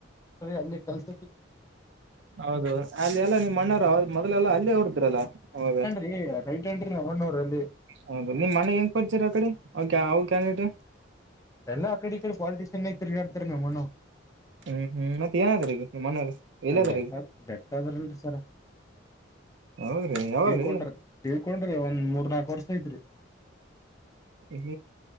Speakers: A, on the left; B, on the right.
A: ಅಲ್ಲಿ ಕೆಲ್ಸ
B: ಹೌದು ಅಲ್ಲಿ ಎಲ್ಲ ನಿಮ್ಮ ಅಣ್ಣವರು ಮೊದಲೆಲ್ಲ ಅಲ್ಲೇ ಹೋರದ್ರಲ್ಲ ಅವಾಗ
A: ಏ ರೈಟ್ ಹ್ಯಾಂಡ್ ಅಣ್ಣಾವ್ರ ಅಲ್ಲಿ
B: ಹೌದು ನಿಮ್ ಮನೆ ಹೆಂಗ್ ಪರಿಚಯ ಆ ಕಡೆ ಅವ ಅವ ಕ್ಯಾಂಡಟ
A: ಎಲ್ಲಾ ಕಡೆ ಕಡೆ ಪಾಲಿಟಿಷಿಯನ್ ಐ ತಿರುಗಾಡ್ತಾರ್ ನಮ್ ಅಣ್ಣಾವ್ರು
B: ಹ್ಮ್ ಹ್ಮ್ ಮತ್ ಏನಾದ್ರ ಈಗ ನಿಮ್ ಅಣ್ಣವ್ರು ಎಲ್ಲದಾರ
A: ಹ
B: ಈಗ
A: ಡೆತ್ ಆದರಲ್ರಿ ಸರ್
B: ಹೌದ್ರಿ ಯಾವಾಗ್ರೀ
A: ತಿರಕೋಂಡ್ರಿ ತಿರಕೋಂಡ್ರಿ ಒಂದ್ ಮೂರ್ ನಾಕು ವರ್ಷ ಐತ್
B: ಇ